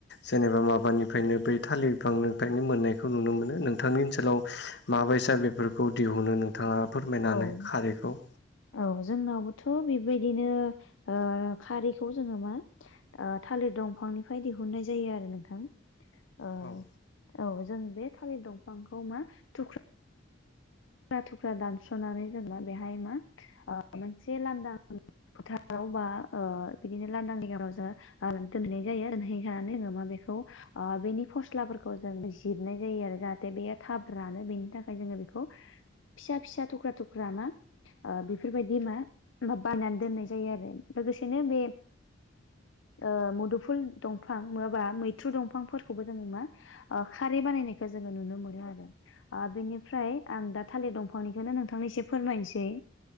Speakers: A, on the left; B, on the left.
A: जेनेबा माबानिफ्रायनो बै थालिर बिफांनिफ्रायनो मोननायखौ नुनो मोनो। नों थांनि ओनसोलाव माबायसा बेफोरखौ दिहुनो नोंथाङा फोरमायनानै
B: औ
A: खारैखौ?
B: औ जोंनावबोथ' बेबायदिनो ओ खारैखौ जोङो मा ओ थालिर दंफांनिफ्राय दिहुननाय जायो आरो नोंथां। ओ
A: औ।
B: औ जों बे थालिर दंफांखौ मा थुख्रा थुख्रा थुख्रा दानस'नानै जेनबा बेहाय मा ओ मोनसे लान्दां फोथाराव बा ओ बिदिनो लांन्दां देगारावजा ओ दोनहैनाय जायो दोनहैखांनानै जोंङो मा बेखौ ओ बेनि फस्लाफोरखौ जों जिरनाय जायो आरो जाहाथे बिदैया थाब रानो बेनि थाखाय जोंङो बेखौ फिसा फिसा थख्रा थख्रा मा ओ बेफोरबायदि मा मा बानायनानै दोननाय जायो आरो। लोगोसेनो बे ओ मुदुफुल दंफां नंङाबा मैथ्रु दंफांफोरखौबो जोंङो मा ओ खारै बानायनायखौ जोंङो नुनो मोनो आरो ओ बिनिफ्राय आं दा थालिर दंफांनिखोनो नोंथांनो एसे फोरमायनोसै।